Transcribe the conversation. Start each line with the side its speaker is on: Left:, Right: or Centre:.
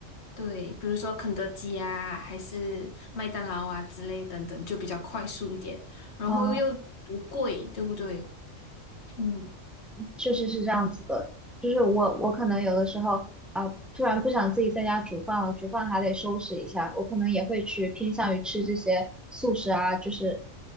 Left: 对，比如说肯德基啊，还是麦当劳啊之类等等，就比较快速一点，然后又不贵，
Centre: 啊、
Left: 对不对？嗯
Centre: 确实是这样子的。就是我，我可能有的时候啊、突然不想自己在家煮饭了，煮饭还得收拾一下，我可能也会去偏向于吃这些素食啊，就是